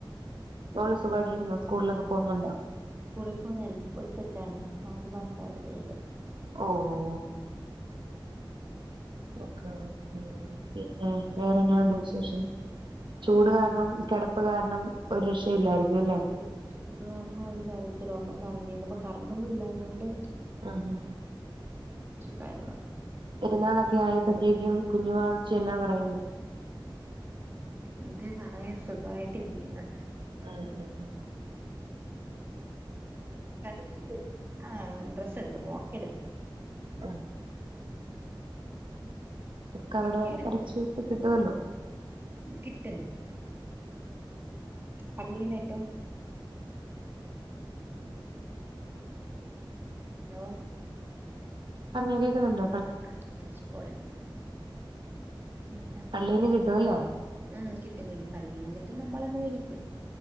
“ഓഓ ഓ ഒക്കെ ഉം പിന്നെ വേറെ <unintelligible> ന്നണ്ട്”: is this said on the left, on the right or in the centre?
Right